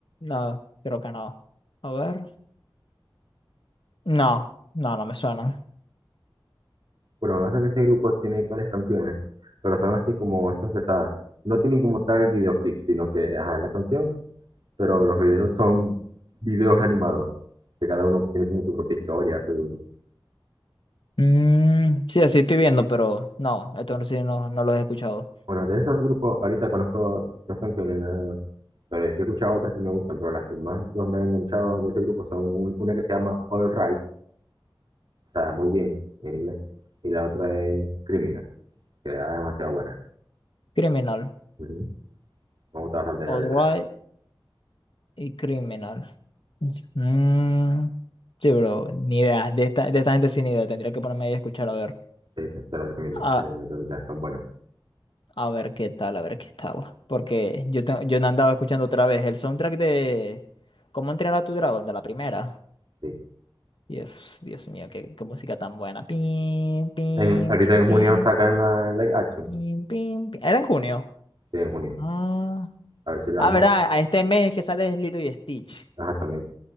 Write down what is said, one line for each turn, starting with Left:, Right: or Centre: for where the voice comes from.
Left: No, creo que no. A ver. No, no, no me suena.
Right: Bueno, lo que pasa es que ese grupo tiene varias canciones, pero son así como estas pesadas. No tienen como tal videoclip, sino que, ajá, la canción, pero los videos son videos animados, que cada uno tiene como su propia historia, su...
Left: Mm, sí, así estoy viendo, pero no, esto sí no, no lo he escuchado.
Right: Bueno, de esos grupos, ahorita conozco dos canciones, nada Pero sí he escuchado otras que me gustan, pero las que más los me han enganchado de ese grupo son un- una que se llama All Right, está muy bien en inglés, y la otra es Criminal, que era demasiado buena.
Left: Criminal.
Right: Ujú. Me gusta bastante la
Left: All
Right: letra,
Left: Right y Criminal. Mm, sí, bro, ni idea. De esta, de esta gente sin idea. Tendría que ponerme ahí a escuchar a ver.
Right: sí, te, te lo recomiendo,
Left: Ah,
Right: te lo recomiendo escuchar, son buenos
Left: A ver qué tal, a ver qué tal. Porque yo, te- yo no andaba escuchando otra vez el soundtrack de ¿Cómo entrenar a tu dragón? De la primera.
Right: Sí.
Left: Dios, Dios mío, qué, qué música tan buena. Pim, pim,
Right: En, ahorita
Left: pim,
Right: en
Left: pim,
Right: junio sacan la live action,
Left: pim, pim, pim. Era en junio.
Right: sí, en junio,
Left: Ah,
Right: a ver si la
Left: ah,
Right: vamos,
Left: verdad, a este mes que sale es Lilo y Stitch.
Right: a- ajá, también.